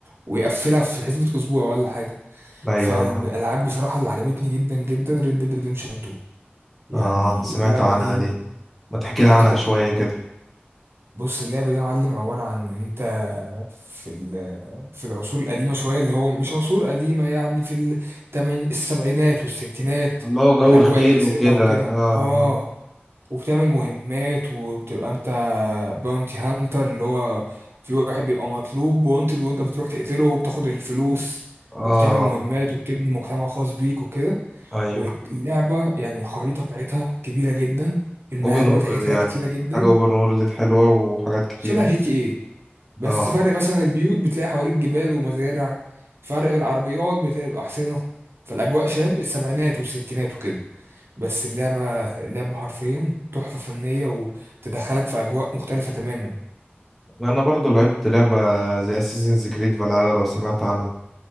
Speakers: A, on the right; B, in the centre.
A: ويقفلها في حسبه اسبوع ولا حاجه
B: ايوه
A: فالالعاب
B: انا معاك
A: بصراحه اللي عجبتني جدا جدا ريد ديد ريديمشن 2 يعني
B: اه سمعت
A: اللعبه
B: عنها
A: دي
B: دي ما تحكي
A: خطيره
B: لي عنها شويه كده
A: بص اللعبة دي يا معلم عبارة عن إن أنت في ال- في العصور القديمة شوية اللي هو مش عصور قديمة يعني في التماني السبعينات والستينات
B: اللي هو جو
A: الأجواء
B: الخيل
A: الحسينة
B: وكده
A: وكده
B: اه
A: آه وبتعمل مهمات وبتبقى أنت باونتي هانتر اللي هو في واحد بيبقى مطلوب وانتد وأنت بتروح تقتله وبتاخد الفلوس
B: اه اه
A: وبتعمل مهمات وبتبني مجتمع خاص بيك وكده
B: ايوه
A: واللعبة يعني الخريطة بتاعتها كبيرة جدا المهام
B: اوبن وورلد
A: بتاعتها
B: يعني
A: كتيرة جدا
B: حاجه اوبن وورلد حلوه وحاجات كتيره
A: شبه جي تي ايه بس
B: اه
A: فرق مثلا البيوت بتلاقي حواليك جبال ومزارع فرق العربيات بتبقى أحسنة فالأجواء شام السبعينات والستينات وكده بس اللعبة اللعبة حرفيا تحفة فنية وتدخلك في أجواء مختلفة تماما
B: انا برضو لعبت لعبه زي اساسنز كريد فالهالا لو سمعت عنها